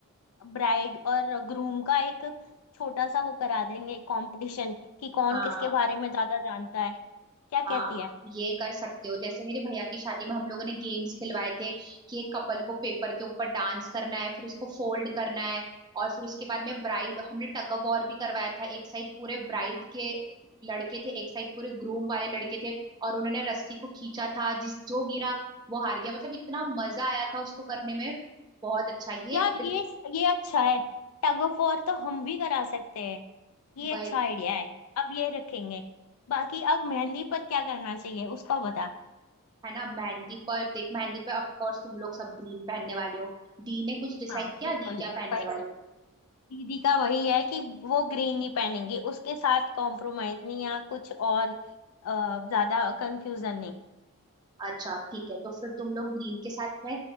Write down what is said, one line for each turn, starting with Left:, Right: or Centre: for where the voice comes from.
Left: ब्राइड और ग्रूम का एक छोटा सा वो करा देंगे कंपटीशन कि कौन
Right: हाँ
Left: किसके बारे में ज्यादा जानता है क्या कहती
Right: हाँ
Left: है
Right: ये कर सकते हो जैसे मेरे भैया की शादी में हम लोगों ने गेम्स खिलवाए थे कि एक कपल को पेपर के ऊपर डांस करना है फिर उसको फोल्ड करना है और फिर उसके बाद में ब्राइड हमने टग ऑफ वॉर भी करवाया था एक साइड पूरे ब्राइड के लड़के थे एक साइड पूरे ग्रूम वाले लड़के थे और उन्होंने रस्सी को खींचा था जिस जो गिरा वो हार गया मतलब इतना मजा आया था उसको करने में बहुत अच्छा ये
Left: यार
Right: बिल-
Left: ये ये अच्छा है टग ऑफ वॉर तो हम भी करा सकते हैं ये
Right: भाई
Left: अच्छा आइडिया है अब ये रखेंगे बाकी अब मेहंदी पर क्या करना चाहिए उसका बता
Right: है ना मेहंदी पर देख मेहंदी पर ऑफ कोर्स तुम लोग सब ग्रीन पहनने वाले हो दी ने कुछ डिसाइड
Left: हाँ
Right: किया
Left: बिल्कुल
Right: दी क्या पहनने
Left: वही चीज़।
Right: वाले
Left: दीदी का वही है कि वो ग्रीन नहीं पहनेंगे उसके साथ कॉम्प्रोमाइज नहीं या कुछ और अ, ज्यादा कंफ्यूजन नहीं
Right: अच्छा ठीक है तो फिर तुम लोग ग्रीन के साथ में